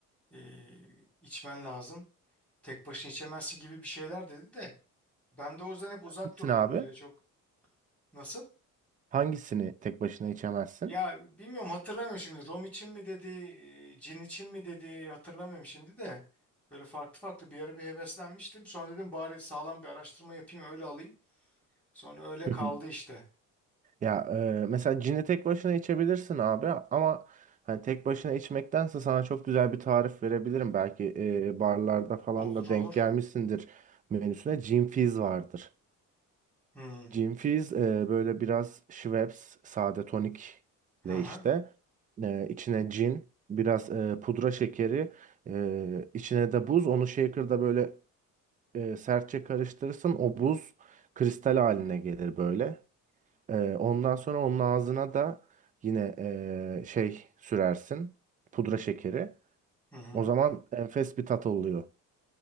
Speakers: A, in the centre; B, on the right.
A: e, içmen lazım. tek başına içemezsin gibi bir şeyler dedi de ben de o yüzden hep uzak
B: Gitsin
A: durdum
B: abi.
A: böyle çok. Nasıl?
B: Hangisini tek başına içemezsin?
A: Ya bilmiyorum hatırlamıyorum şimdi rom için mi dedi, e, cin için mi dedi hatırlamıyorum şimdi de. Böyle farklı farklı bir ara bir heveslenmiştim. Sonra dedim bari sağlam bir araştırma yapayım öyle alayım. Sonra öyle kaldı
B: Hı hı.
A: işte.
B: Ya e, mesela cini tek başına içebilirsin abi ama hani tek başına içmektense sana çok güzel bir tarif verebilirim. Belki e, barlarda falan
A: Olur
B: da
A: olur.
B: denk gelmişsindir menüsüne. Gin Fizz vardır.
A: Hmm.
B: Gin Fizz e, böyle biraz Schweppes sade tonikle
A: Hı hı.
B: işte e, içine cin, biraz e, pudra şekeri, e, içine de buz. Onu shaker'da böyle e, sertçe karıştırırsın o buz kristal haline gelir böyle. E, ondan sonra onun ağzına da yine e, şey sürersin pudra şekeri.
A: Hı hı.
B: O zaman enfes bir tat oluyor.